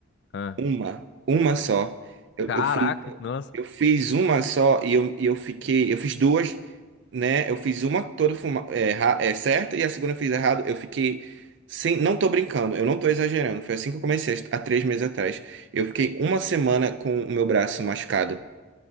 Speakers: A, on the left; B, on the right.
A: Ah,
B: Uma, uma só. Eu,
A: caraca,
B: eu fui-
A: nossa,
B: eu fiz uma só e eu, e eu fiquei. Eu fiz duas, né? Eu fiz uma toda fuma- é, ra- é, certa e a segunda eu fiz errado. Eu fiquei sem, não tô brincando, eu não tô exagerando. Foi assim que eu comecei há três meses atrás. Eu fiquei uma semana com o meu braço machucado.